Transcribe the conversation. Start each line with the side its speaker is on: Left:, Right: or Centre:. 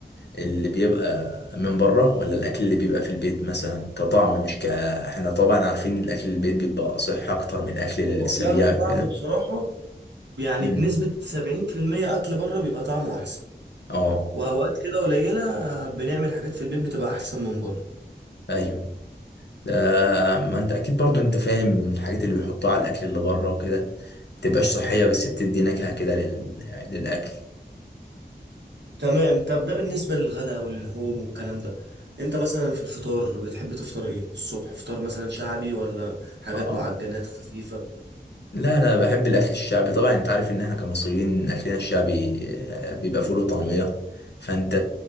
Left: اللي بيبقى من بره ولا الاكل اللي بيبقى في البيت مثلا كطعم مش ك احنا طبعا عارفين الاكل البيت بيبقى صح اكتر من الاكل
Right: آه،
Left: السريع
Right: لا كطعم
Left: كده
Right: بصراحة يعني
Left: مم.
Right: بنسبة سبعين في المية أكل بره بيبقى طعمه أحسن
Left: اه
Right: وأوقات كده قليلة بنعمل حاجات في البيت بتبقى أحسن من بره
Left: ايوه ده ما انت اكيد برضو انت فاهم الحاجات اللي بيحطوها على الاكل اللي بره وكده متبقاش صحية بس بتدي نكهة كده لل... للاكل
Right: تمام طب ده بالنسبة للغداء واللحوم والكلام ده أنت مثلا في الفطار بتحب تفطر إيه الصبح فطار مثلا شعبي ولا حاجات
Left: اه
Right: معجنات خفيفة
Left: لا لا بحب الاكل الشعبي طبعا انت عارف ان احنا كمصريين اكلنا الشعبي آه، بيبقى فول وطعمية فانت